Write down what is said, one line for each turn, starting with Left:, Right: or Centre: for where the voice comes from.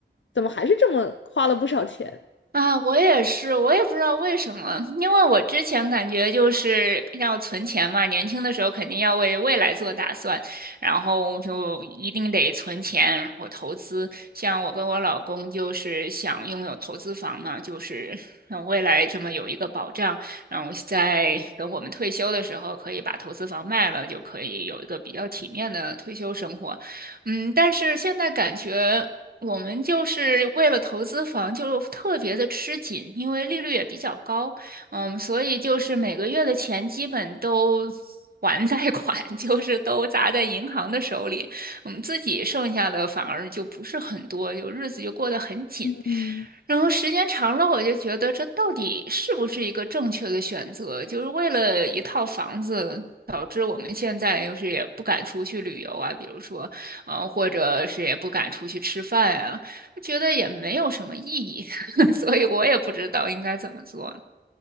Left: 怎么还是这么花了不少钱？
Right: 啊，我也是，我也不知道为什么，因为我之前感觉就是要存钱嘛，年轻的时候肯定要为未来做打算，然后就一定得存钱，然后投资。像我跟我老公就是想拥有投资房嘛，就是让未来这么有一个保障，然后在等我们退休的时候可以把投资房卖了，就可以有一个比较体面的退休生活。嗯，但是现在感觉。我们就是为了投资房，就特别的吃紧，因为利率也比较高，嗯，所以就是每个月的钱基本都还贷款，<laughs> 就是都砸在银行的手里，我们自己剩下的反而就不是很多，就日子就过得很紧。
Left: 嗯。
Right: 然后时间长了，我就觉得这到底是不是一个正确的选择？就是为了一套房子，导致我们现在就是也不敢出去旅游啊，比如说。嗯、呃或者是也不敢出去吃饭呀，觉得也没有什么意义，<laughs> 所以我也不知道应该怎么做。